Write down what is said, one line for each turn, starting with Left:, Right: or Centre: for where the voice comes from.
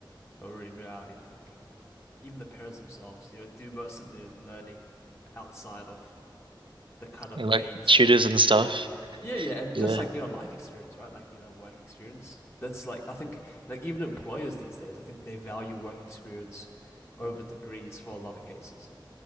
Left: Or in reality, I think even the parents themselves, you know, do most of their learning outside of the kind of
Right: and,
Left: mainstream
Right: like tutors
Left: education.
Right: and stuff.
Left: Yeah, yeah, and
Right: Yeah,
Left: just like, you know, life experience, right? Like, you know, work experience. That's like I think like even employers these days, I think they value work experience over degrees for a lot of cases.